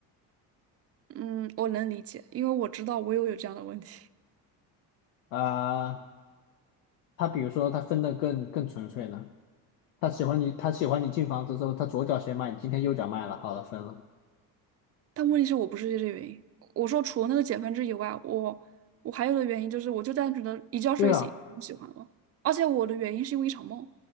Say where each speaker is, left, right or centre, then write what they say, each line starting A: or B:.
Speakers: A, on the right; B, on the left.
A: 嗯，我能理解，因为我知道我也有这样的问题。
B: 啊、他比如说他分的更更纯粹呢？他喜欢你，他喜欢你进房子之后，他左脚先卖你，今天右脚卖了，好了，分了。
A: 但问题是我不是这个原因。我说除了那个减分制以外，我我还有的原因就是，我就单纯的一觉睡醒不喜欢了，
B: 对啊，
A: 而且我的原因是因为一场梦。